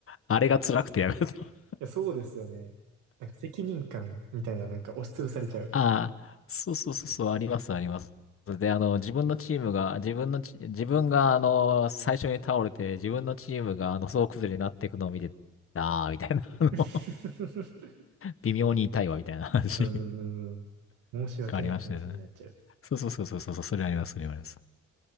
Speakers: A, on the left (about 45°); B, on the right (about 90°).
A: あれが辛くてやめた。
B: や、そうですよね。なんか責任感みたいな、なんか押しつぶされちゃう。
A: ああ、そうそうそうそう、あります、あります。で、あの、自分のチームが、自分のチ、自分が、あの、最初に倒れて、自分のチームが、あの、総崩れになっていくのを見て、ああ、みたいな、あの、
B: <laughs>
A: 微妙に痛いわ、みたいな話
B: うんうんうん。申し訳ない気持ちになっちゃう。
A: がありましたよね。そうそうそうそうそう、それあります、それあります。